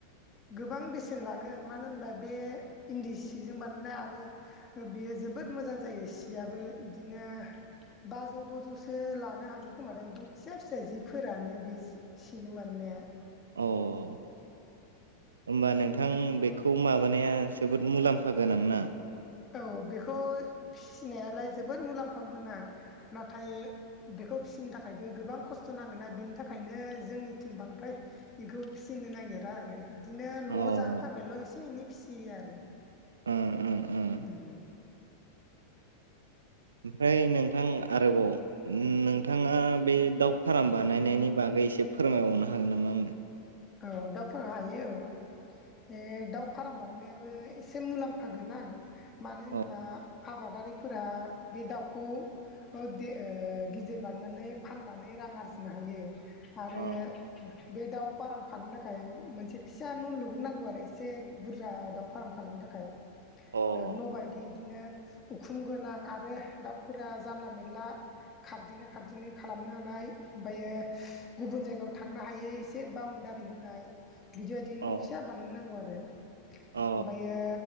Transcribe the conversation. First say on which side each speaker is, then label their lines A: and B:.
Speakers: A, on the left; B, on the right.
A: गोबां बेसेन लागोन मानो होनबा बे इन्दि सिजों बानायनाय आरो बियो जोबोद मोजां जायो सियाबो इदिनो बाजौ द'जौसो लानो हागौ खोमाथाय बे फिसा फिसा जिफोरानो बे सिजों बानायनाया ।
B: अ । होमबा नोंथां बेखौ माबानाया जोबोद मुलाम्फा गोनां ना?
A: औ बेखौ फि सिनायालाय जोबोद मुलाम्फा गोनां नाथाय बेखौ फिसिनो थाखायबो गोबां खस्थ' नां गोना बिनि थाखायनो जोंनिथिं बांद्राय बेखौ फिसिनो नागिरा आरो । बिदिनो न'आव
B: ओं
A: जानो थाखायल' एसे एनै फिसियो आरो ।
B: ओं ओं
A: उम ।
B: ओमफ्राय नोंथां आरोबाव नोंथाङा बे दाउ फार्म बानायनायनि बागै एसे फोरमायबावनो हागोन नामा आंनो?
A: औ दाउ फार हायो औ जे दाउ फार्म बानायनायाबो एसे मुलाम्फाागोनां मानो होनबा
B: अ
A: आबादारिफोरा बे दाउखौ ओ दे ओ गिदिर बानायनानै फाननानै रां आरजिनो हायो आरो
B: अ
A: ओ बे दाउ फाराम फानो थाखाय मोनसे फिसा न' लुग्रोनांगौ आरो एसे बुरजा दाउ फार्म खालामनो थाखाय
B: अ
A: ओ न' बायदि बिदिनो उखुम गोनां आरो दाउफोरा जानला मेनला खारदिनो खारदिनो खालामनो हानाय ओमफ्रायो गुबुन जायगायाव थांनो हायै एसे बाउण्डारि होनाय बिदि बायदि
B: अ
A: न' फिसा बानायनांगौ आरो
B: अ
A: ओमफ्रायो